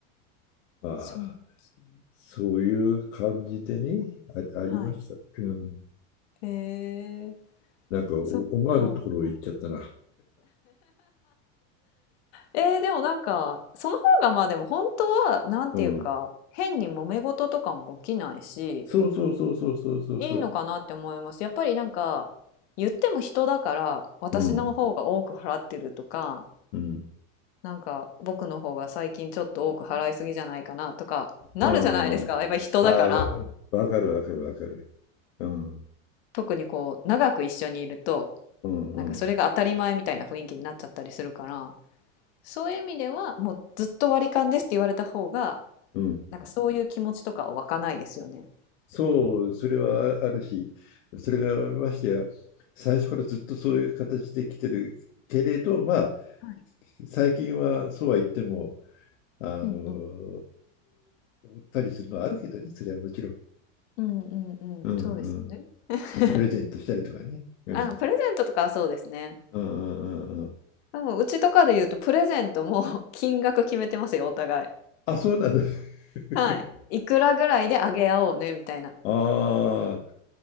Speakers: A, on the left; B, on the left.
A: ああ、
B: そうなんですね。
A: そういう感じでね、
B: うんうん。
A: あ、ありました。
B: はい。
A: うん。
B: へえ、
A: なんかお、
B: そっか。
A: 思わぬところ行っちゃったな。
B: はい。えー、でもなんか、その方がまあでも本当は、なんていうか、
A: うん。
B: 変に揉め事とかも起きないし、
A: そうそうそうそうそうそうそう。
B: いいのかなって思います。やっぱりなんか、言っても人だから、私の方が多く払ってるとか、
A: うん。うん。
B: なんか、僕の方が最近ちょっと多く払いすぎじゃないかなとか、なるじゃないですか。
A: うん。
B: やっぱり人だから、
A: ああ、わわかるわかるわかる。うん。
B: 特にこう、長く一緒にいると、
A: うんうん
B: なんかそれが当たり前みたいな雰囲気になっちゃったりするから、そういう意味では、もうずっと割り勘ですって言われた方が、
A: うん。
B: なんかそういう気持ちとかは湧かないですよね。
A: そう、それはああるし、それがましてや、最初からずっとそういう形で来てるけれど、まあ、
B: はい。
A: 最近はそうは言っても、あの、
B: うんうん。
A: おったりするのはあるけどね、それはもちろん。
B: うんうんうん、
A: うんうん。
B: そうですよね。<laughs>
A: プレゼントしたりとかね。うん。
B: あ、プレゼントとかはそうですね。
A: うんうんうんうん。
B: でもうちとかで言うとプレゼントも <laughs> 金額決めてますよ、お互い。
A: あ、そうなんだ。<laughs>
B: はい。いくらぐらいであげ合おうねみたいな。
A: ああ、